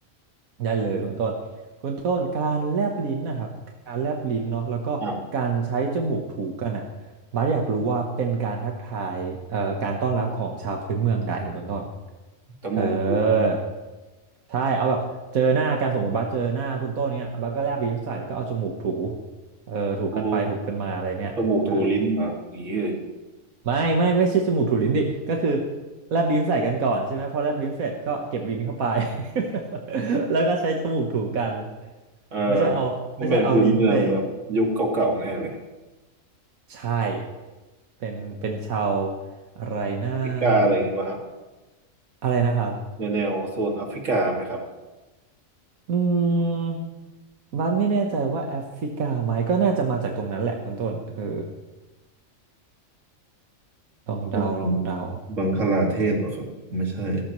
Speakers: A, on the right; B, on the right.
A: ได้เลยคุณต้นคุณต้นการแลบลิ้นนะครับการแลบลิ้นเนาะแล้วก็การใช้จมูกถูกันอ่ะ
B: อ้าว
A: บาสอยากรู้ว่าเป็นการทักทายเอ่อการต้อนรับของชาวพื้นเมืองใดคุณต้น
B: จมูกถูกันเหรอ
A: เออใช่เอาแบบเจอหน้ากันสมมติบัสเจอหน้าคุณต้นเนี้ยบัสก็แลบลิ้นใส่แล้วก็เอาจมูกถูเออถูกันไปถูกันมาอะไรเงี้ยเออ
B: โอ้จมูกถูลิ้นเหรออย่างนี้เลย
A: ไม่ไม่ไม่ใช่จมูกถูลิ้นดิก็คือแลบลิ้นใส่กันก่อนใช่ไหมพอแลบลิ้นเสร็จก็เก็บลิ้นเข้าไป <laughs> แล้วก็ใช้จมูกถูกัน
B: เออ
A: ไม่ใช่เอาไม่ใช่เอาลิ้นไป
B: ต้องเป็นพื้นเมืองแบบยุคเก่าๆแน่เลย
A: ใช่เป็นเป็นชาวอะไรนะแบบ
B: แอฟริกาอะไรอย่างงี้ป่ะครับ
A: อะไรนะครับ
B: แนวแนวโซนแอฟริกาไหมครับ
A: อืมบัสไม่แน่ใจว่าแอฟริกาไหมก็น่าจะมาจากตรงนั้นแหละคุณต้นเออลองเดาลองเดา
B: แบบบังคลาเทศเหรอครับไม่ใช่